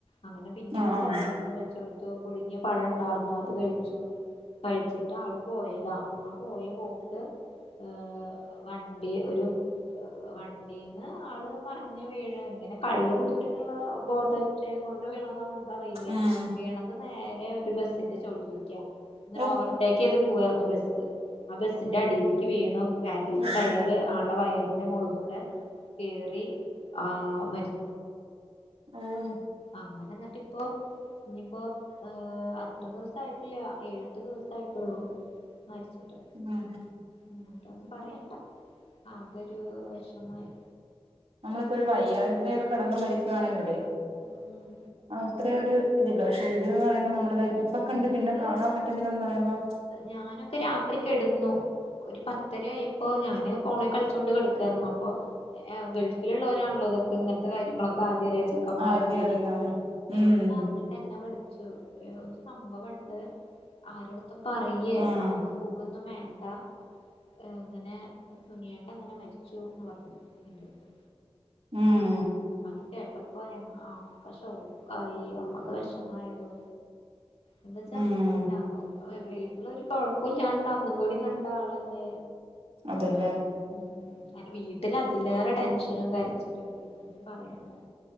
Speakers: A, on the left; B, on the right.
A: അങ്ങനെ പിന്നെ
B: ആഹ്
A: ഒരു
B: ആഹ്
A: ചായേം കൂടി വെച്ചൊട്ത്തു പുഴുങ്ങിയ പഴ ണ്ടാർന്നു അത് കഴിച്ചു. കഴിച്ചിട്ടാള് പോയതാ ആ പോയ പോക്ക് ആഹ് വണ്ടി ഒരു വണ്ടീന്ന് ആള് മർഞ്ഞ് വീഴ് അങ്ങനെ കള്ള് കുടിച്ചിട്ട്ള്ള ബോധക്ഷയം കൊണ്ട് വീണതാണോ എന്താ അറിയില്ല
B: ഉം
A: വീണത് നേരെ ഒരു ബസ്സിന്റെ ച്ചോട്ടിലിക്ക്യാ ഇങ്ങനെ
B: ഓഹ്
A: ഓവർടേക്കെയ്ത് പോവാര്ന്നു ബസ്സ് ആഹ് ബസ്സിന്റ ടീൽക്കി വീണു ബാക്കിൽത്തെ
B: ഓഹ്
A: ടയർ ആളെ വയറിന്റെ മോള് കൂടെ കേറി ആഹ് മരി
B: ഏഹ്
A: അങ്ങനെ ന്ന്ട്ടിപ്പൊ ഇഞ്പ്പോ ഏഹ് അത്ര ദിവസായിട്ടില്ല ഏഴെട്ട് ദിവസായിട്ടോള്ളൂ. മരിച്ചിട്ട്.
B: ആഹ്
A: എന്നിട്ടൊന്നും പറയണ്ട ആകോരു വെഷമായി.
B: നമ്മളിപ്പോര് വയ്യാട് തെര് കെടന്ന് മരിക്കുവാണെങ്കിലെ
A: ഉം
B: അ അത്രേ ഒരു ഇതില്ല പക്ഷെ ഇത് ന്നറിയുമ്പോ നമ്മളതായിട്ട് ഇപ്പൊ കണ്ട്
A: എന്നിട്ട്
B: പിന്നെ കാണാൻ പറ്റ്ന്നില്ലാന്ന് പറയുമ്പം
A: ഞാനൊക്കെ രാത്രി കെടന്നു ഒരു പത്തരായപ്പോ ഞാന് പോണേ കളിച്ചോണ്ട് കടക്കായിര്ന്നു അപ്പൊ എഹ് ഗൾഫില്ള്ളോരാണല്ലോ ഇതൊക്കെ ഇങ്ങൻത്തെ കാര്യങ്ങളൊക്കെ ആദ്യ റ്യാ ച്ച ക്കാമാരൊക്കെ
B: ആദ്യമേ
A: വഴി
B: അറിയുന്നതാണ് ഉം
A: ഏട്ടനർഞ് എന്നെ വിളിച്ചു ഒരു സംഭവണ്ട് ആരെട്ത്തും പറയേ
B: ആഹ്
A: അങ്ങട് പോവൊന്നും വേണ്ട ഇങ്ങനെ സുനിയേട്ടങ്ങനെ മരിച്ചുന്ന് പർഞ്ഞു എന്റെട്ത്ത്
B: ഉം
A: അത് കേട്ടപ്പോ ഞങ്ങ ആകെ ശോക്കായി ആകെ വഷമായടോ എന്താ ച്ചാ
B: ഉം
A: രാ വീട്ടിലൊരു കൊഴപ്പുല്ല്യാണ്ടന്നും കൂടി കണ്ടാളല്ലേ
B: അതെല്ലേ
A: ഉം <unintelligible> വീട്ടിലതിലേറെ ടെൻഷനും കരച്ചിലും ഒന്നും പറയണ്ട